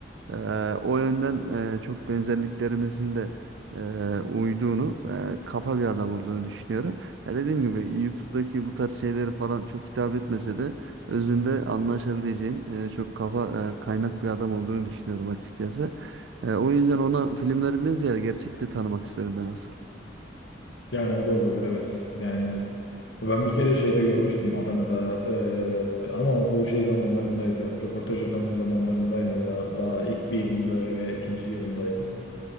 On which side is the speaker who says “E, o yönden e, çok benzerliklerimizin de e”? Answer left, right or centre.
Right